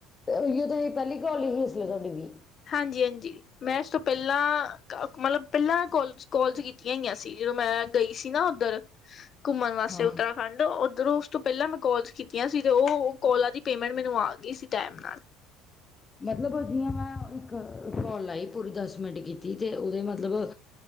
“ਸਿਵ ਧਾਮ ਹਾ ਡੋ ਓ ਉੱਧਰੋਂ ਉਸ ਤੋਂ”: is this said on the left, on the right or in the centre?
Left